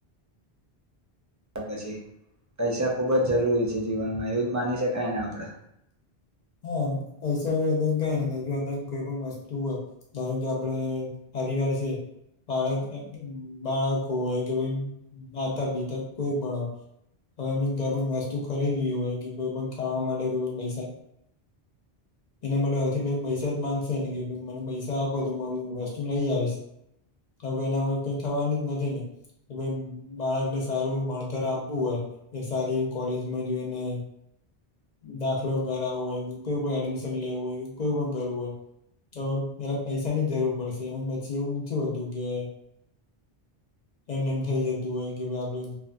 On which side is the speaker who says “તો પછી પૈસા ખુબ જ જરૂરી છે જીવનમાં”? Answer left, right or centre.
Right